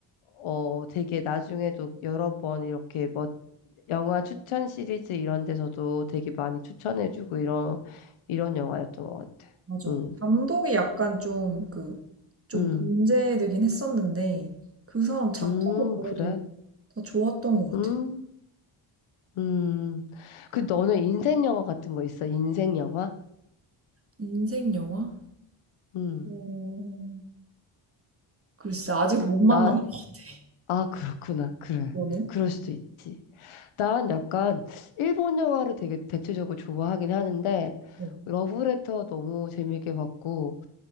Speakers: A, on the left; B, on the right.
A: 어, 되게 나중에도 여러 번 이렇게 뭐 영화 추천 시리즈 이런 데서도 되게 많이 추천해주고 이런 이런 영화였던 것 같아.
B: 맞아.
A: 음,
B: 감독이 약간 좀 그, 좀
A: 음,
B: 문제되긴 했었는데, 그 사람 작품은
A: 음,
B: 그래도
A: 그래?
B: 다 좋았던 것
A: 음,
B: 같아.
A: 음. 그 너는 인생 영화 같은 거 있어? 인생 영화?
B: 인생 영화?
A: 음,
B: 어, 글쎄, 아직 못 만난
A: 난,
B: 것 같아.
A: 아, 그렇구나. 그래.
B: 너는?
A: 그럴 수도 있지. 난 약간 일본 영화를 되게 대체적으로 좋아하긴 하는데
B: 응.
A: 러브레터 너무 재밌게 봤고